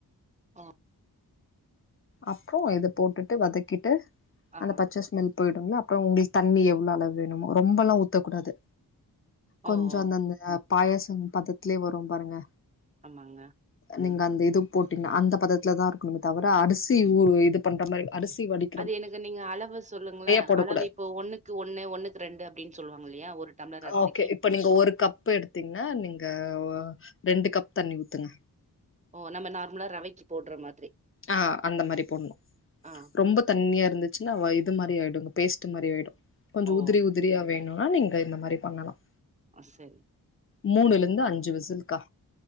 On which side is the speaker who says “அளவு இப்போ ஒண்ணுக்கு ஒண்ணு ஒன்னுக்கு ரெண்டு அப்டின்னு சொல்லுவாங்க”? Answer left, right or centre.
Right